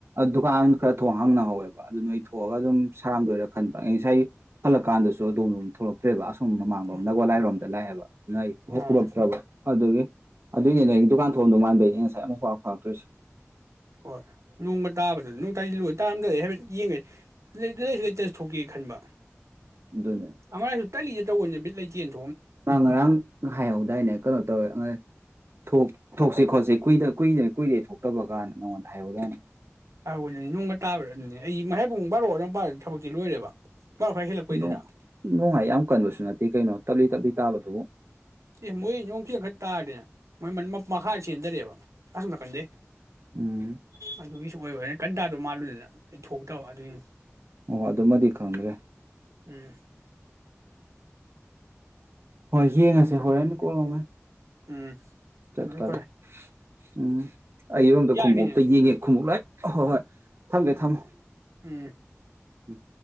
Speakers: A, on the right; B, on the right.
A: ꯗꯨꯀꯥꯟ ꯈꯔ ꯊꯣꯡ ꯍꯥꯡꯅꯍꯧꯑꯦꯕ ꯑꯗꯨ ꯅꯣꯏ꯫ ꯊꯣꯛꯑꯒ ꯑꯗꯨꯝ ꯁꯔꯝꯗꯣꯏꯔ꯫ ꯈꯟꯕ ꯉꯁꯥꯏ ꯍꯜꯂꯀ ꯀꯥꯟꯗꯁꯨ ꯑꯗꯣꯂꫭꯝ ꯊꯣꯛꯂꯛꯇ꯭ꯔꯦꯕ ꯑ꯫ ꯁꯨꯝ ꯃꯃꯥꯡꯂꫭꯝ
B: ꯎꯝ
A: ꯅꯒꯥꯜꯂꯥꯏꯔꯣꯝ꯫ ꯂꯥꯏꯑꯦꯕ꯫ ꯅꯥꯏ
B: ꯑꯣ
A: ꯎꯔꯛꯊ꯭ꯔꯥꯕ꯫ ꯑꯗꯨꯒꯤ꯫ ꯑꯗꯨꯏꯅꯦ
B: ꯎꯝ
A: ꯅꫭꯏꯗꯨꯀꯥꯟ ꯊꫭꯛꯑꯝꯗꯣꯏ ꯃꯥꯟ꯫ ꯉꯁꯥꯏ ꯑꯃꯨꯛ ꯄꯥꯎ ꯐꯥꯎꯇ꯭ꯔꯤꯁꯤ꯫
B: ꯍꯣꯏ ꯅꯣꯡꯒ ꯇꯥꯕꯗꯨꯗ ꯅꫭꯡꯇꯥꯏꯂꯣꯏ ꯇꯥꯔꯝꯗ ꯑꯩ ꯍꯥꯏꯐꯦꯠ ꯌꯦꯡꯉꯦ ꯂꯩꯇ ꯂꯩꯁꯨ ꯂꯩꯇꯁꯨ ꯊꯣꯛꯀꯦ ꯈꯟꯕ꯫
A: ꯑꯗꯨꯅꯦ
B: ꯑꯃ ꯔꯥꯏꯁꯨ ꯇꯜꯂꯤꯗ꯫ ꯇꯧꯕꯩꯅ ꯕꯤꯠ ꯂꯩꯇꯦꯅ‌ꯦꯟ꯫
A: ꯃꯥ ꯉꯔꯥꯡ ꯍꯥꯏꯍꯧꯗꯥꯏꯅꯦ ꯀꯩꯅꯣ ꯇꯧꯔꯦ꯫ ꯊꯣꯛ ꯊꯣꯛꯁꯤ ꯈꯣꯠꯁꯤ ꯀꯨꯏꯗ ꯀꯨꯏꯗꯅ ꯀꯨꯏꯔꯦ ꯊꯣꯛꯇꯕ ꯀꯥꯟꯅ ꯅꯪꯉꯣꯟꯗ ꯍꯥꯏꯍꯧꯗꯣꯏꯅꯦ꯫
B: ꯍꯥꯏꯍꯧꯕꯅꯤ ꯅꯣꯡꯒ ꯇꯥꯕꯅꯦ ꯗꯨꯅꯤ ꯑꯩ ꯃꯌꯥꯥꯏ ꯄꯨꯡ ꯕꯥꯔꯣ ꯑꯗꫭꯝꯄꯗ ꯊꯕꯛꯇꯤ ꯂꯣꯏꯔꯦꯕ꯫ ꯕꯥꯔꯣ ꯈꯔ ꯍꯦꯜꯂꯛꯄꯩꯗꯨꯗ
A: ꯅꫭꯡ-ꯅꫭꯡꯍꯥꯏ ꯌꯥꯝ ꯀꯟꯕꯁꯨ ꯅꯠꯇꯦ ꯀꯩꯅꯣ ꯇꯞꯂꯤ ꯇꯞꯂꯤ ꯇꯥꯕꯗꯨꯕꯨ꯫
B: ꯑꯦ ꯃꯣꯏ ꯅꯥꯡꯈꯤꯗꯪꯈꯛꯇꯪ ꯇꯥꯔꯗꯤꯅ‌ꯦ ꯃꯣꯏ ꯃꯈꯥ ꯆꯦꯟꯗꯔꯛꯑꯦꯕ ꯑꯁꫭꯝ ꯅꯀꯟꯗꯩ꯫
A: ꯎꯝ
B: ꯑꯗꯨꯒꯤꯁꯨ ꯑꯣꯏꯕ꯫ ꯀꯟ ꯇꯥꯗꫭ ꯃꯥꯜꯂꯨꯗꯅ ꯑꯩ ꯊꯣꯛꯇꯕ ꯑꯗꯨꯒꯤꯅꯤ꯫
A: ꯑꯣ ꯑꯗꯨꯃꯗꯤ ꯈꯪꯗ꯭ꯔꯦ꯫
B: ꯎꯝ꯫
A: ꯍꯣꯏ ꯌꯦꯡꯉꯁꯦ
B: ꯒ꯭ꯌꯥꯟ ꯇꯥꯗꯦ
A: ꯍꯣꯔꯦꯟ ꯀꯣꯛꯂꯥꯎꯃꯩ꯫
B: ꯎꯝ꯫
A: ꯆꯠꯄꯒꯤ
B: ꯎꯝ
A: ꯎꯝ ꯑꯩꯔꯣꯝꯗ
B: ꯌꯥꯅꯤꯅꯦ
A: ꯈꯣꯡꯎꯞꯇ ꯌꯦꯡꯉꯦ ꯈꯣꯡꯎꯞ ꯂꯥꯏ ꯍꯣꯏ ꯍꯣꯏ꯫ ꯊꯝꯒꯦ ꯊꯝꯃꫭ꯫
B: ꯎꯝ
A: ꯎꯝ꯫